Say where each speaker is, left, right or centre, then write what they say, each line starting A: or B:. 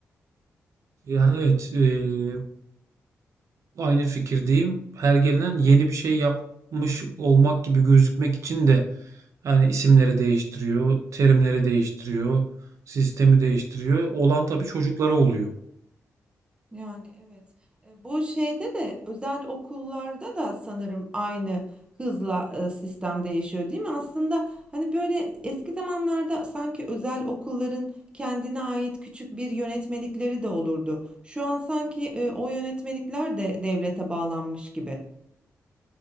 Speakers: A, on the right; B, on the right.
A: ya evet, eee, aynı fikirdeyim. Her gelen yeni bir şey yapmış olmak gibi gözükmek için de yani isimleri değiştiriyor, terimleri değiştiriyor, sistemi değiştiriyor. Olan tabii çocuklara oluyor.
B: Yani evet. E, Bu şeyde de özel okullarda da sanırım aynı hızla e, sistem değişiyor, değil mi? Aslında hani böyle eski zamanlarda sanki özel okulların kendine ait küçük bir yönetmelikleri de olurdu. Şu an sanki e, o yönetmelikler de devlete bağlanmış gibi.